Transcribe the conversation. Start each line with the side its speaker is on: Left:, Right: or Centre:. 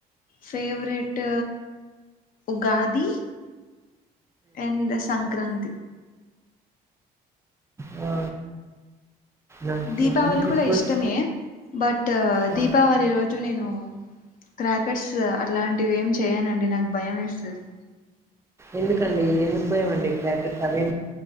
Left: ఫేవరెట్ ఉగాది అండ్ సంక్రాంతి
Right: ఆ నాకు
Left: దీపావళి
Right: అన్ని ఫెస్టివల్స్
Left: కూడా ఇష్టమే బట్
Right: ఆ,
Left: దీపావళి రోజు నేను క్రాకర్స్ అట్లాంటివి ఏమి చెయనండి నాకు భయం వేస్తది
Right: ఎందుకండి ఎందుకు భయంమండి క్రాకర్స్ అవి